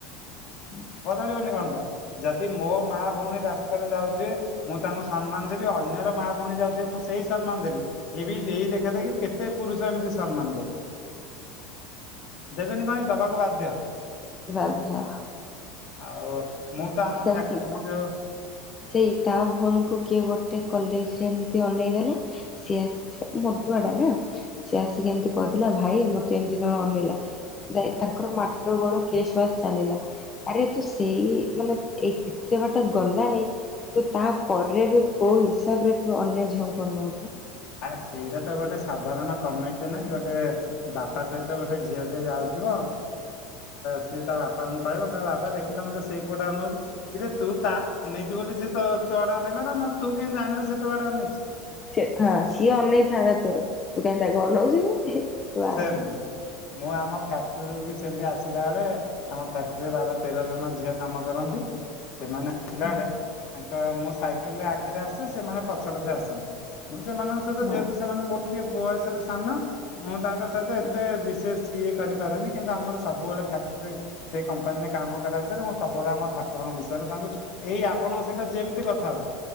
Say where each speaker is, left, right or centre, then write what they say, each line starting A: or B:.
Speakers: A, on the left; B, on the left.
A: <inaudible>
B: ବଦଳିବନି କଣ ପାଇଁ ଯଦି ମୋ ମା ଭଉଣୀ ରାସ୍ତାରେ ଯାଉଥିବେ। ମୁଁ ତାଙ୍କୁ ସମ୍ମାନ ଦେବି ଅନ୍ୟର ମା ଭଉଣୀ ଯାଉଥିବେ ମୁଁ ସେଇ ସମ୍ମାନ ଦେବି। ଏ ବି ଏଇ ଦେଖା ଦେଖି କେତେ ପୁରୁଷ ଏମିତି ସମ୍ମାନ ଦେବେ। ଦେବେନି କଣ ଦବାକୁ ବାଧ୍ୟ।
A: ବାଧ୍ୟ୍ୟ।
B: ଆଉ। ମୁଁ ତ।
A: ସେମତି।
B: ଫ୍ୟାକ୍ଟ ମୁଁ ଯୋଉ
A: ସେଇ ତା ଭଉଣୀକୁ କିଏ ଗୋଟେ କଲେଜରେ ଏମିତି ଅନେଇଦେଲେ। ସିଏ ମଦୁଆ ଟା ନା ସିଏ ଆସିକି ଏମିତି କହିଥିଲା ଭାଇ ମତେ ଏମିତି ଜଣ ଅନେଇଲା। ତାଙ୍କର ମାଡ ଗୋଳ କେଶ ବାସ ଚାଲିଲା ଆରେ ତୁ ସେଇ ମାନେ। ଏ ଏତେ ବାଟ ଗଲାଣିି। ତୁ ତା ପରେ ବି କୋଉ ହିସାବରେ ତୁ ଅନ୍ୟ ଝିଅଙ୍କ ଅନୋଉଛୁ।
B: ଆଁ ସେଇଟା ତ ଗୋଟେ ସାଧାରଣ କମିଟି ନାହିଁ ଗୋଟେ। ବାପା ସହିତ ଗୋଟେ ଝିଅ ଟେ ଯାଉଥିବ। ସେ ତା ବାପାଙ୍କୁ କହିବ କହିବ ବାପା ଦେଖିଲେ ମତେ ସେଇ ପୁଅଟା ଅନଉଛି। କିରେ ତୁ ଆଡେ ଅନେଇଲା ବୋଲି ସେ ତୁଆଡେ ଅନେଇଲା ନା ନହେଲେ ତୁ କେହିତି ଜାଣିଲୁ ସେ ତୁଆଡେ ଅନେଇଛି।
A: ସେ ହଁ ସିଏ ଅନେଇ ଥାନ୍ତା ତୋର ତୁ କାହିଁକି ତାକୁ ଅନଉଛି କି। ବାସ୍।
B: ସେମତି ମୁଁ ଆମ ଫ୍ୟାକ୍ଟ୍ରିରୁୁ ବି ସେମତି ଆସିଲା ବେଳେ ଆମ ଫ୍ୟାକ୍ଟ୍ରିରେ ବାର ତେର ଜଣ ଝିଅ କାମ କରନ୍ତି ସେମାନେ ଥିଲାବେଳେ
A: ହଁ
B: ତାଙ୍କ ମୁଁ ସାଇକେଲରେ ଆଗରେ ଆସେ ସେମାନେ ପଛେ ପଛେ ଆସନ୍ତି ମୁଁ ସେମାନଙ୍କ ଯେହେତୁ
A: ହଁ
B: ସେମାନେ ମୋଠୁ ବୟସରେ ସାନ ମୁଁ ତାଙ୍କ ସହିତ ଏତେ
A: ହଁ
B: ବିଶେଷ ଇଏ କରିପାରୁନେ କିନ୍ତୁ ଆମର ସବୁବେଳେ ଫ୍ୟାକ୍ଟି ସେଇ କମ୍ପାନୀରେ କାମ କଲା ଭିତରେ ମୁଁ ସବୁବେଳେ ଆମ ଠାକୁରଙ୍କ ବିଷୟରେ ତାଙ୍କୁ ଏଇ ଆପଣଙ୍କ ସହିତ ଯେମିତି କଥା ହଉଛି